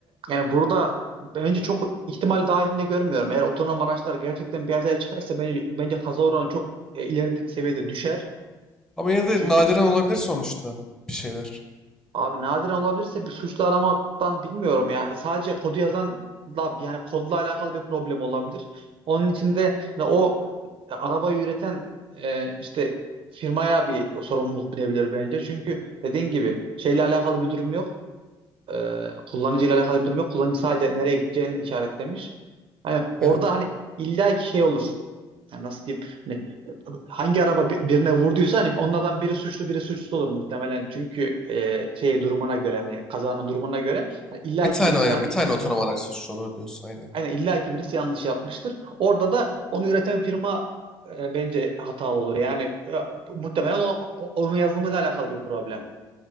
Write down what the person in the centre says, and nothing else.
Ama yine
de
nadiren olabilir sonuçta bir şeyler.
Evet.
Bir tane
aynen.
Bir tane otonom araç suçlu olur diyorsun. Aynen.